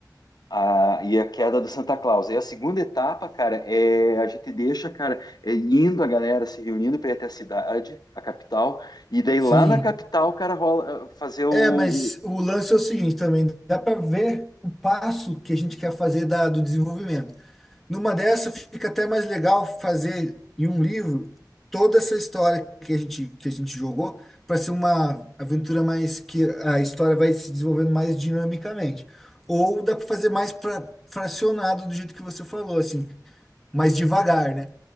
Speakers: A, on the left; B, in the centre.
A: A, e a queda do Santa Claus. E a segunda etapa, cara, é a gente deixa, cara, é indo a galera se reunindo para ir até a cidade, a capital, e daí
B: Sim.
A: lá na capital, cara, rola eh, fazer o,
B: É,
A: o-
B: mas o lance é o seguinte também, dá para ver o passo que a gente quer fazer da, do desenvolvimento. Numa dessa fica até mais legal fazer em um livro toda essa história que a gente que a gente jogou para ser uma aventura mais que a história vai se desenvolvendo mais dinamicamente. Ou dá para fazer mais pra, fracionado do jeito que você falou, assim, mais devagar, né?